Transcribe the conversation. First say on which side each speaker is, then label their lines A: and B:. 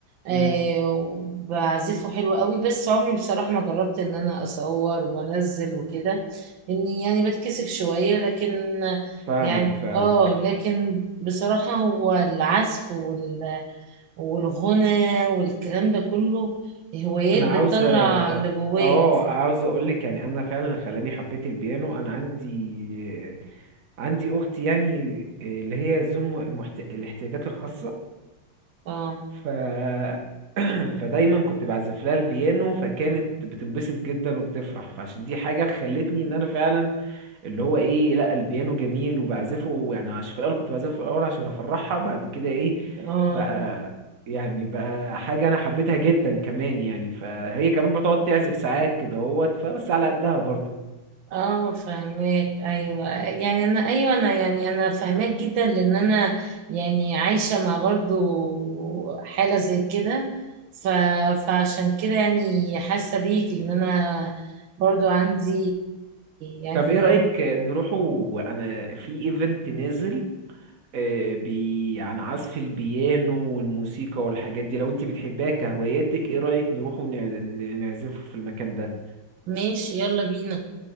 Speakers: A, on the right; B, on the right.
A: آه
B: مم.
A: وبعزفه حلو قوي بس عمري بصراحه ما جربت ان انا اصور وانزل وكده اني يعني بتكسف شويه لكن
B: فاهمك
A: يعني
B: فاهمك
A: اه لكن بصراحه هو العزف وال والغنى والكلام ده كله هوايات
B: انا عاوز
A: بتطلع اللي جواك
B: اه عاوز اقول لك يعني انا فعلا خلاني حبيت البيانو انا عندي عندي اختي يعني اللي هي ذو المحت... الاحتياجات الخاصة
A: اه
B: ف <clears throat> فدايما كنت بعزف لها البيانو فكانت بتنبسط جدا وبتفرح فعشان دي حاجة خلتني ان انا فعلا اللي هو ايه لا البيانو جميل وبعزفه يعني عشان في الاول كنت بعزفه في الاول عشان افرحها بعد كده ايه
A: اه
B: بقى يعني بقى حاجة انا حبيتها جدا كمان يعني فهي كمان بتقعد تعزف ساعات كده هوت فبس على قدها برضه
A: اه فاهماك ايوه يعني انا ايوه انا يعني انا فاهماك جدا لان انا يعني عايشه مع برضو حاله زي كده ف... فعشان كده يعني حاسه بيك لان انا برضو عندي يعني
B: طب ايه رأيك نروحوا انا في ايفنت نازل آه، بي عن عزف البيانو والموسيقى والحاجات دي لو انت بتحبها كهواياتك ايه رأيك نروحوا نع- نعزفه في المكان ده
A: ماشي يلا بينا